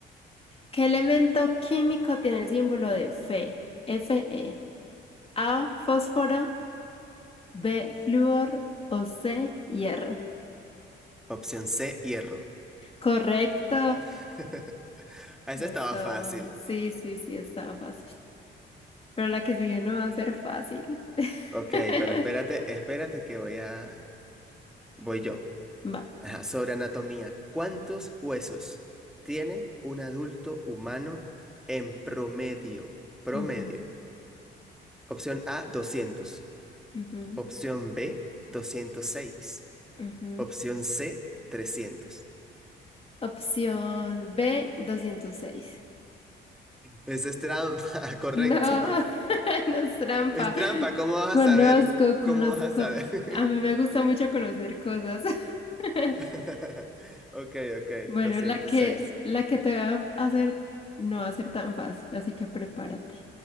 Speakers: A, on the left (about 30°); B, in the centre.
A: ¿Qué elemento químico tiene el símbolo de Fe? Fe. A, fósforo. B, flúor o C, hierro.
B: opción C, hierro.
A: Correcto.
B: <laughs> Esa
A: Eso,
B: estaba fácil.
A: sí, sí, sí, estaba fácil. Pero la que sigue no va a ser fácil. <laughs>
B: Ok, pero espérate, espérate que voy a... Voy yo.
A: Va.
B: Ajá, sobre anatomía. ¿Cuántos huesos tiene un adulto humano en promedio? Promedio.
A: Ujú,
B: Opción A, 200.
A: ujú,
B: Opción B, 206.
A: ujú.
B: Opción C, 300.
A: Opción B, 206.
B: Esa es trampa, <laughs> correcto.
A: No, <laughs> no es trampa.
B: Es trampa, ¿cómo vas
A: Conozco,
B: a saber?
A: conozco.
B: ¿Cómo vas a saber?
A: A mí me gusta mucho conocer cosas. <laughs>
B: <laughs> Ok, ok,
A: Bueno,
B: 206.
A: la que, la que te voy a hacer no va a ser tan fácil, así que prepárate.